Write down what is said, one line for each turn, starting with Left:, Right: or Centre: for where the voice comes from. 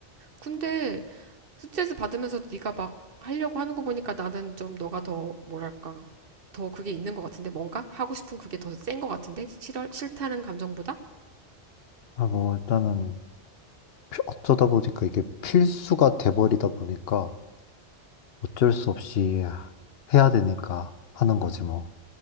Right: 근데 스트레스 받으면서 네가 막 하려고 하는 거 보니까 나는 좀 너가 더, 뭐랄까. 더 그게 있는 것 같은데 뭔가 하고 싶은 그게 더 센 것 같은데 싫어, 싫다는 감정보다
Left: 아, 뭐, 일단은 피- 어쩌다 보니까 이게 필수가 돼버리다 보니까 어쩔 수 없이 해야 되니까 하는 거지, 뭐.